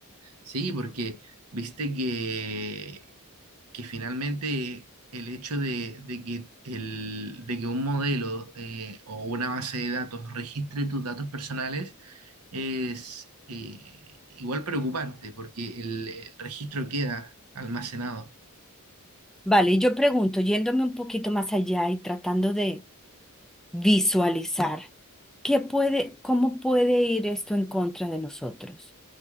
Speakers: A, on the right; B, in the centre.
A: Sí, porque viste que, que finalmente el hecho de, de que, el, de que un modelo eh, o una base de datos registre tus datos personales es eh, igual preocupante porque el, el registro queda almacenado.
B: Vale, y yo pregunto, yéndome un poquito más allá y tratando de visualizar, ¿qué puede, cómo puede ir esto en contra de nosotros?